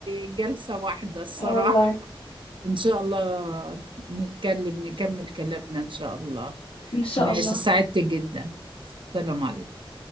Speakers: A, on the right; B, on the left.
A: جلسة واحدة الصراحة
B: والله
A: إن شاء الله نتكلم نكمل كلامنا إن شاء الله
B: إن شاء
A: ماشي
B: الله
A: سعدت جدا السلام عليكم